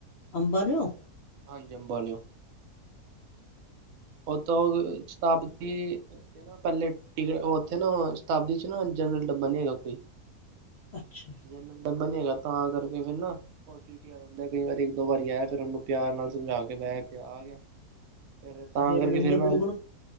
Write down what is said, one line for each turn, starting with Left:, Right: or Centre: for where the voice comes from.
Left: ਅੰਬਾ ਲਿਓ
Right: ਹਾਂਜੀ ਅੰਬਾਲਿਓ। ਉਥੋਂ ਸ਼ਤਾਬਦੀ ਨਾ ਪਹਿਲੇ ਟਿਕਟ ਉੱਥੇ ਨਾ ਸ਼ਤਾਬਦੀ ਚ ਨਾ ਜਨਰਲ ਡੱਬਾ ਨੀ ਹੈਗਾ ਕੋਈ।
Left: ਅੱਛਾ
Right: ਜੇ ਮ ਡੱਬ ਨ ਹੈਗਾ ਤਾਂ ਕਰਕੇ ਫੇਰ ਨਾ ਓ ਟੀ ਟੀ ਜਾਂਦਾ। ਕਈ ਵਾਰੀ ਇੱਕ ਦੋ ਵਾਰੀ ਆਇਆ ਫਿਰ ਉਹਨੂੰ ਪਿਆਰ ਨਾਲ ਸਮਝਾ ਕੇ ਬਹਿ ਗਿਆ ਆ ਗਿਆ ਫਿਰ
Left: ਤੇ
Right: ਤਾਂ ਕਰਕੇ
Left: ਲੰਗਰ
Right: ਫੇਰ ਮੈਂ
Left: ਲੂੰਗਰ